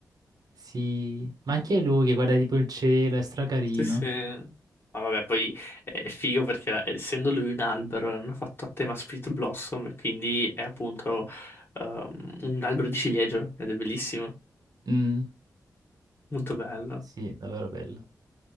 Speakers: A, on the right (about 65°); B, on the left (about 35°).
A: Sì, ma anche lui che guarda tipo il cielo, è stracarino.
B: Sì, sì. Ma vabbè, poi è figo perché eh, essendo lui un albero l'hanno fatto a tema Split Blossom, e quindi è appunto ehm, un albero di ciliegio ed è bellissimo.
A: Mm,
B: Molto bello.
A: sì, davvero bello.